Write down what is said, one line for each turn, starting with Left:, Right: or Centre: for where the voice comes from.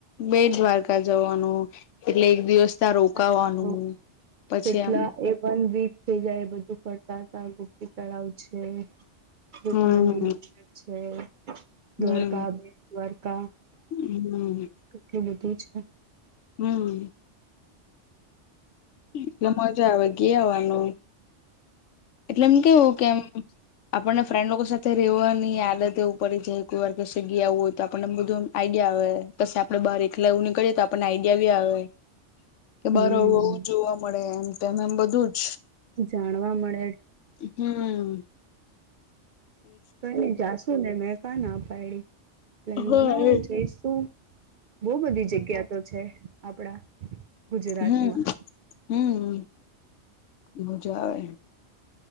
Left: બે દ્વારકા જવાનુ એટલે એક દિવસ ત્યાં
Right: છે.
Left: રોકાવાનું પછી
Right: કેટલા
Left: એમ
Right: એ વન વીક થઈ જાય એ બધું ફરતા હતા ગુી તળાવ છે, ગોટમનીર
Left: હમ
Right: છે,
Left: હમ
Right: દ્વારકા બે દ્વારકા
Left: હમ
Right: કેટલું બધુ છે.
Left: હમ્મ એટલે મજા આવે ગયા આવવાનુ એટલે એમ કેવુ કેમ આપણને ફ્રેન્ડ લોકો સાથે રહેવાની આદત એવું પડે છે, કોઈ વાર કે સગી આવું હોય તો આપણને બધું આઈડિયા આવે પી આપડે બહાર એકલા એવુની કરીએ, તો આપણને આઈડિયા બી આવે કે બાર
Right: હમ
Left: આવુ જોવા મળે એમ તેમ એમ બધુજ
Right: જાણવા મળે
Left: હમ્મ
Right: તો એ જાશુ ને મે કાન પડી પ્લેન
Left: હા
Right: બનાવો
Left: એ
Right: જઈશુ બઉુ બધી જગ્યા તો છે. આપડા ગુજરાતમાં
Left: હમ-હમ-હમ મજા આવે.